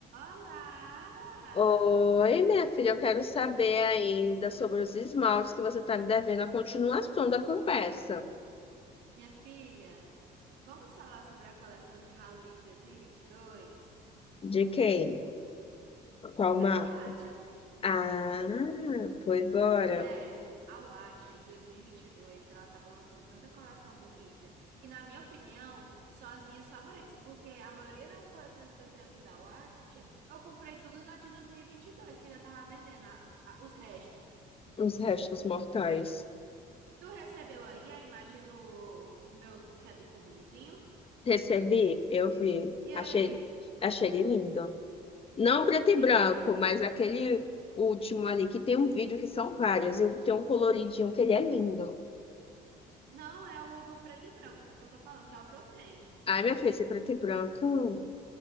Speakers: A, on the right (about 80°); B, on the left (about 35°).
A: Olá,
B: Oi, minha filha, eu quero saber ainda sobre os esmaltes que você está me devendo a continuação da conversa.
A: minha filha. Vamos falar sobre a coleção de Halloween de dois mil e e vinte e dois
B: De quem? Qual
A: Da
B: marca?
A: Watcha.
B: Ah, foi embora.
A: Mulher, a Watcha em dois mil e e vinte e dois, ela estava lançando tanta coleção bonita que, na minha opinião, são as minhas favoritas, porque a maioria das coleções que eu tenho aqui da Watcha, eu comprei tudo da de dois mil e e vinte e dois. que ainda tava vendendo a- a- os restos.
B: Os restos mortais.
A: Tu recebeu aí a imagem do o meu, que é do túmulozinho?
B: Recebi, eu vi.
A: E
B: Achei,
A: aí,
B: achei ele lindo. Não preto
A: minha filha?
B: e branco, mas aquele último ali que tem um vídeo que são vários e tem um coloridinho que ele é lindo.
A: Não, é o do preto e branco que eu tô falando, que é o que eu tenho.
B: Ai, minha filha, esse preto e branco.